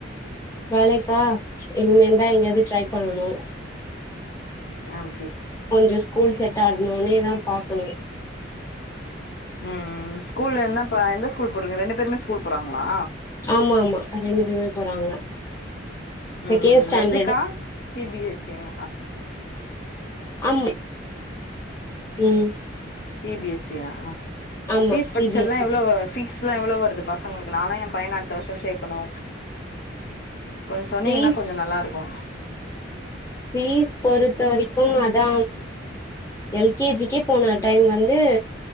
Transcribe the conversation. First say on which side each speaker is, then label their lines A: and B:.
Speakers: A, on the left; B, on the left.
A: வேலைக்கா இனிமேல்தா எங்கயாவது ட்ரை பண்ணனு
B: ஆம
A: ஒஞ்ச ஸ்கூல் செட் டாக்னேனதா பாக்கணு
B: ம் ம் ஸ்கூல்ல என்னப் இப்ப எந்த ஸ்கூல் போட்ருக்கிங் ரெண்டு பேருமே ஸ்கூல் போறாங்ளா
A: ஆமா ஆமா ரெண்டு பேர்மே போறாங்க
B: உம்
A: செகண்ட் ஸ்டாண்டர்ட்
B: மெட்ரிக்கா சி பி எஸ் இ ங்கா
A: ஆம் ம்
B: சி பி எஸ் சி யா
A: ஆமா
B: ஃபீஸ்
A: சி
B: டக்ச்சர்லா
A: பி எஸ் இ
B: எவ்ளோ வ ஃபீஸ்லா எவ்ளோ வருது பா சங்களுக்கு நானு எம் பையன அடுத்த வருஷோ சேக்கணு கொஞ்சொ சொன்னீங்கன்னா
A: ஃபீஸ்
B: கொஞ்சொ நல்லா இருக்கு
A: ஃபீஸ் பொறுத்த வரைக்கு அதா எல் கே ஜி க்கே போன டைம் வந்து